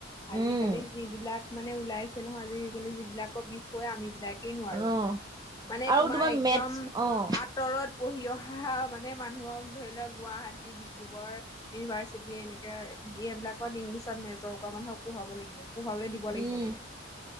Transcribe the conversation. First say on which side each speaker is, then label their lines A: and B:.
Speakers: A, on the right; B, on the left.
A: উম
B: আজিকালি যিবিলাক মানে ওলাইছে নহয় আজি যিবিলাকৰ বিষয়ে আম বিলাকে
A: উহো
B: নোৱাৰো,
A: অ'
B: মানে
A: আৰু
B: তোমাৰ একদম
A: মেথছ অ'
B: আঁতৰত পঢ়ি অহ মানে মানুহক ধৰি লওক গুৱাহাটী, ডিব্ৰুগড় ইউনিভাৰ্চিটি এনেকাই ডিয়েবিলাকত ইংলিছত মেজৰ কৰা মানুহক পঢ়োৱাব লাগিব। পঢ়াবলৈ দিব লাগিব
A: উম',
B: মানে।